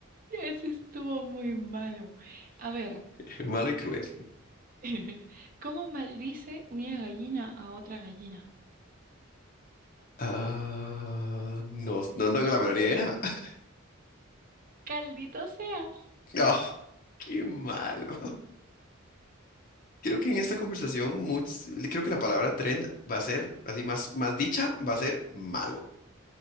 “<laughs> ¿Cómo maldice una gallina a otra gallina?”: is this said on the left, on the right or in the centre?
Right